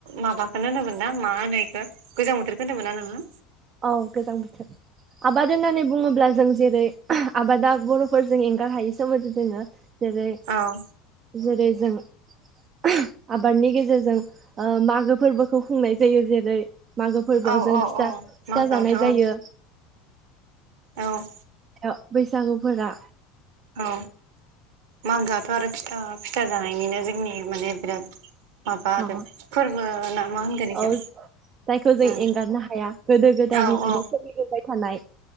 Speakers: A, on the right; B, on the right.
A: माबाखोनो होनोमोन ना मा होनो इखो गोजां बोथोरखौ होनदो मोन ना नोङो?
B: औ गोजां बोथोर आबाद होननानै बुङोब्ला जों जेरै ओह आबादा बर'फोरजों एंगार हायै सोमोन्दै दोङो। जेरै
A: औ औ
B: जेरै जों ओह आबादनि गेजेरजों ओ मागो फोरबोखौ खुंनाय जायो जेरै मागो फोरबोआव
A: औ औ
B: जों फिथा
A: औ
B: फिथा
A: मागोआवथ'
B: जानाय
A: ओं
B: जायो
A: ओ औ।
B: ओ बैसागुफोरा
A: औ मागोआथ' आरो फिथा-फिथा जानायनिनो जोंनि माने बिराद माबा
B: अ
A: आरो फोरबो ना मा होनगोन इखो
B: औ ऐ जायखौ जों
A: उम
B: एंगारनो हाया गोदो गोदायनिफ्रायनो
A: औ औ
B: सोलिबोनाय थानाय।